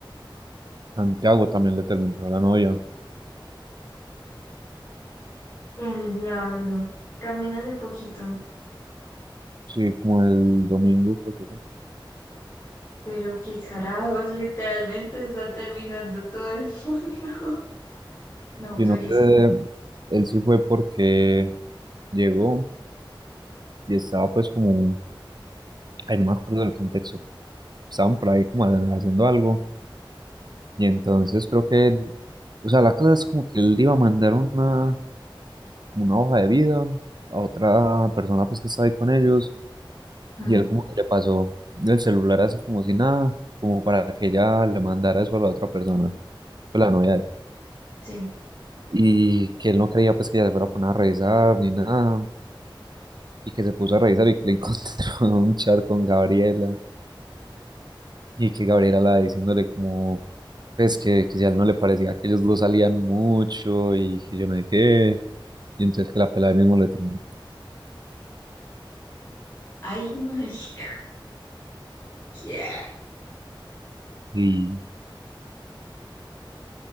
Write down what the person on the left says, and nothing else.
El diablo. También hace poquito,
pero qué carajos, <laughs> literalmente está terminando todo el mundo. <laughs> No autorizo.
Mm,
sí.
Ay, marica. <laughs> ¿Qué?